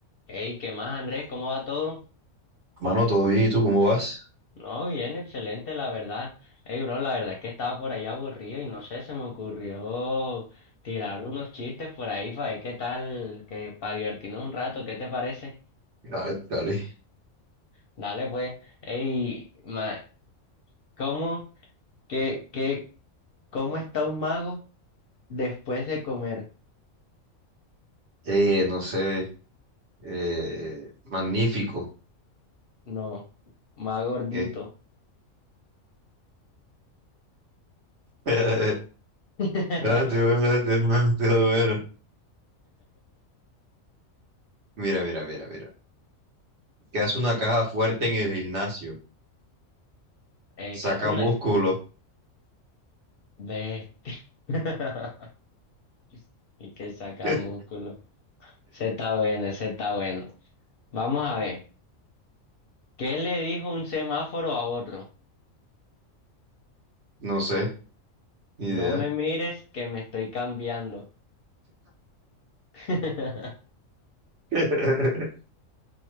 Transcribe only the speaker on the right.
Mano, todo bien, ¿y tú cómo vas?
Dale, dale.
Eh, no sé, eh, magnífico.
¿Qué? <laughs>
Ah, te voy a- te voy a- te voy a Mira, mira, mira, mira. Que hace una caja fuerte en el gimnasio.
Saca
músculo.
<laughs>
No sé, ni idea.
<laughs>